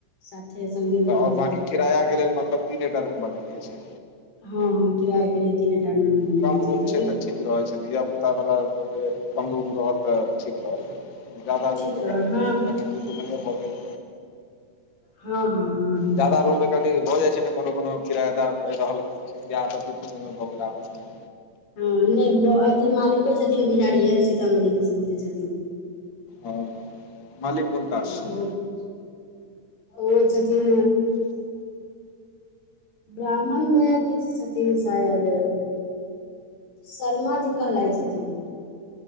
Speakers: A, on the left; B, on the left.
A: साथ सगीमे
B: तऽ आओर
A: रहि छथिन
B: बाँकी किराया कऽ लेल मतलब तीनेटा रूम बने छै
A: हँ हँ किराया के लिए तीनेटा रुमे बनेना
B: कम
A: छै
B: रूम
A: जगे
B: तऽ ठीक रहै छै धिया पुता वाला सब के कम उ रहल तऽ ठीक रहल जादा
A: ठीक
B: रूममे
A: रहल
B: कनि
A: हँ
B: द मने नहि भऽ गेल
A: हँ हँ हँ
B: जदा रुममे कनी भऽ जाइ छै ने कोनो कोनो किरायादार रहल खिसियाहात तु तु मेए मेए भऽ गेल आपस मे
A: हँ नहि अथि मालिको छथिन बिहारिये सीतामढ़ी दिसन के छथिन
B: ओ मालिक कोन कास्ट
A: हँ
B: छै
A: बहुत ओ छथिन ब्राह्मणमे किछु छथिन सायद शर्माजी कहलाइ छथिन